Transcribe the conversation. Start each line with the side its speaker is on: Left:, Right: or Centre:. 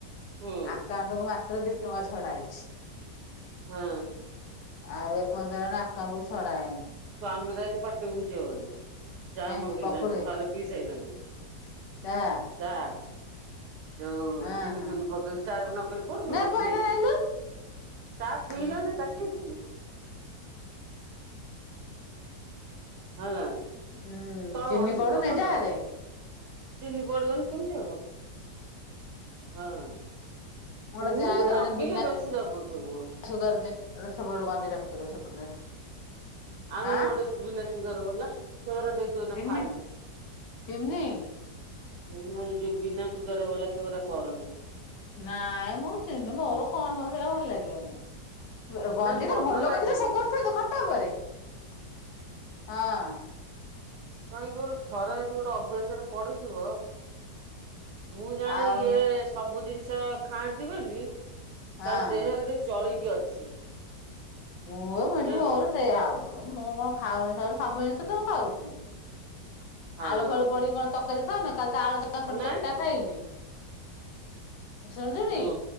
Right: ହୁଁ
Left: ଆକାଉଣ୍ଟ କୁ ମାତ୍ର ଦି ଟଙ୍କା ଛଡା ହେଇଛି।
Right: ହଁ।
Left: ଆଉ, ଏ ପନ୍ଦରଣା ଆକାଉଣ୍ଟକୁ ଛଡାଏନି।
Right: ଆମର ଆଜି, ପାଟି ବୁଜି ହବନି। ଚା!
Left: କାହିଁକି
Right: ମୁଁ ପି
Left: ପକୁଡି
Right: ବିଣି। ଥରେ ପି ସାଇଲିଣି,
Left: ଯା
Right: ଚାଆ ଯୋଉ,
Left: ହଁ
Right: ଚିନି ଫିନି ପକେଇକି ଚା ନକଲେ, କୋଉଠି ପିବ
Left: ନେ ପୁଅ
Right: ଚିନି।
Left: ଏଇଟା ନେଲୁ
Right: ଚା, ପିଇଲ
Left: ହୁଁ
Right: ନା ତାତିଚି? ହେଲା।
Left: ଉଁ
Right: ତଳେ
Left: ଚିନି
Right: ବସି
Left: ପଡୁନି
Right: କହ। ଖଟରେ
Left: ଚାରେ
Right: ବସ୍। ଚିନି ପଡିବନି କେମିତି ହବ? ହଁ।
Left: ମୋର,
Right: ସେମିତି
Left: ଯାଆସ ମାନେ
Right: ଜଗିଲେ
Left: ବିନା
Right: ବେଶୀ ଜଗୁଥିବୁ।
Left: ସୁଗାର ଚି ଏ ଛବର ଗଞ୍ଜିଟା ପକେଇଦବୁ, ସେପଟରେ।
Right: ଆନୁଣୁ
Left: ଆ
Right: ଗୋଟେ ସ ବିନା ସୁଗର ବଲା। ତୋର ଦେଖତୁ ଏଇନା
Left: ଚିନି
Right: ଖାନି।
Left: ଚିନି
Right: ବିନା, ଏ ଯଉ ବିନା ସୁଗର ବାଲା, ସେଉରା କରନି।
Left: ନାଇଁ, ମୁଁ, ଚିହ୍ନି ମୋର କଣ ହେରା ଭଲ ଲାଗିବନି। ଗଞ୍ଜିଟା
Right: ନାଇଁ
Left: ଭଲ
Right: ଲାଗିବ
Left: ଗଞ୍ଜିଟା, ସେ ଘର ଥୋଇଦେ ଖଟ ଟପ୍ ରେ। ହଁ,
Right: କହିଁକି କହିଲୁ! ଥରେ ଯଦି ଗୋଟେ ଅଭ୍ୟାସରେ ପଡିିଯିବ! ଆଉ ମୁଁ, ଜାଣେ
Left: ଆଉ
Right: ଇଏ, ସବୁ ଦିନଷ ଖାଆନ୍ତି ବୋଲି!
Left: ହଁ
Right: ତାଙ୍କ ଦେହରେ ଦେଖ୍ ଚଳିକି ଅଛି।
Left: ମୁଁ ମେନ୍ଲି
Right: ଜାଣିଲୁ
Left: ମୋର ସେଇଆ ହବ। ମୁଁ କଣ ଖାଉନି, ସ-ସବୁ ଜିନିଷ ତ ମୁଁ ଖାଉଛି!
Right: ହଁ
Left: ଆଳୁ, ଫାଳୁ ପଡି କଣ ତରକାରୀ ଖାଉନ? କାଲି ତ ଆଳୁକାଙ୍କଡ଼
Right: ନାଇଁ
Left: ଚକଟା ଖାଇଲେ। ଶୁଣଛୁଟି!
Right: ହୁଁ